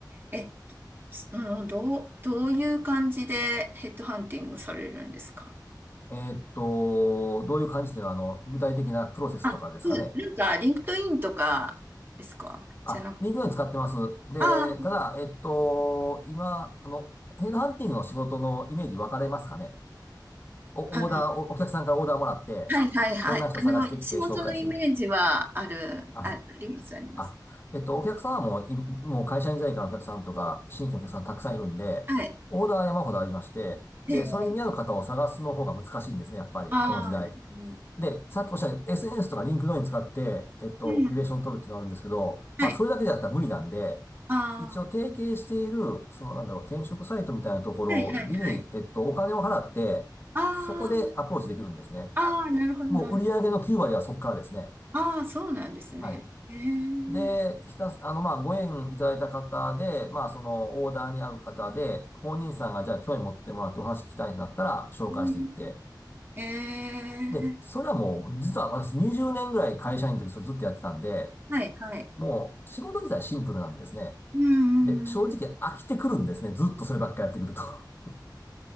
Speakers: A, on the right; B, on the left.
A: え、つのどう、どういう感じでヘッドハンティングされるんですか
B: えーっと、どういう感じで、あの、具体的なプロセスとかですかね。
A: あ、うんなんか、リンクトインとかですかじゃなく、
B: あ、リンクドイン使ってます。で、
A: あ
B: ただ、えっと、今、あの、ヘッドハンティングの仕事のイメージ分かれますかね。お、
A: あ、あの、
B: オーダー、お、お客さんからオーダーもらって、
A: はいはいはい。
B: こんな人探してきて紹介してる。
A: あの、仕事のイメージはある、
B: あ、
A: あ、あります、あります。
B: あ、えっと、お客さんはもう、いもう会社員時代からのお客さんとか、新規のお客さんたくさんいるんで、
A: はい。
B: オーダーは山ほどありまして、
A: ええ、
B: で、それに見合う方を探すの方が難しいんですね、やっぱり、
A: ああ、
B: この時代。
A: なるほど。
B: で、さっきおっしゃった SNS とか LinkedIn 使って、えっと、
A: うん。
B: リレーション取るっていうのがあるんですけど、
A: はい。
B: まあ、それだけじゃったら無理なんで、
A: あ
B: 一応提携している、その、なんだろう、転職サイトみたいなところに、
A: あ、はいはいはい。
B: えっと、お金を払って、
A: あ
B: そこでアプローチできるんですね。
A: あ、ああ、なるほど、
B: もう売り上げの9割はそこからですね。
A: なるほど。ああ、そうなんですね。
B: はい。
A: ええ、
B: で、ひたす、あの、まあ、ご縁いただいた方で、まあ、その、オーダーに合う方で、本人さんが、じゃあ、興味持ってもらってお話聞きたいんだったら、紹介していって。
A: うんええ、
B: で、それはもう、実は私20年ぐらい会社員の時それずっとやってたんで、
A: はいはい。
B: もう、仕事自体シンプルなんですね。
A: うん
B: で、正直飽きてくるんですね。ずっとそればっかりやってくると。<laughs>